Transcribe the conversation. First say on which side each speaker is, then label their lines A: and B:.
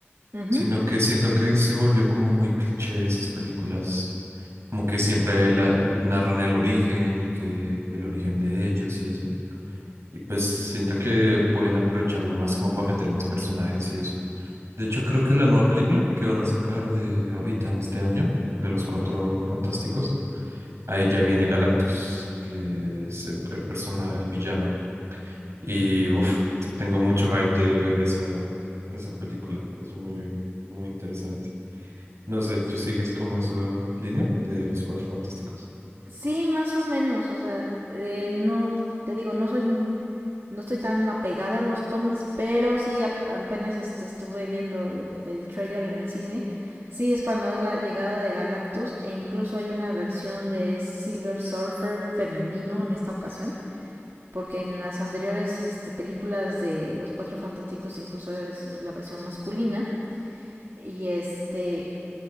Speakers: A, on the right; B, on the right.
A: Ujú.
B: sino que siento
A: Sí.
B: que se volvió como muy cliché esas películas, como que siempre la, narran el origen y que el origen de ellos y eso. Y pues siento que pueden aprovecharlo más como para meter más personajes y eso. De hecho, creo que la nueva película que van a sacar de ahorita en este año, de los Cuatro Fantásticos. Ahí ya viene Galactus, que es el el persona, el villano. Y uff,
A: ujú,
B: tengo mucho hype de ver eso, esa película. Es muy, muy interesante. No sé,
A: sí.
B: ¿tú sigues como eso línea de los Cuatro Fantásticos?
A: Sí, más o menos, o sea, eh, no, te digo, no soy m- No estoy tan apegado a los cómics, pero sí apenas este, estuve viendo el, el tráiler en el cine. Sí, es cuando es la llegada de Galactus e incluso hay una versión de Silver Surfer femenino en esta ocasión, porque en las anteriores este, películas de Los Cuatro Fantásticos incluso es la versión masculina. Y este,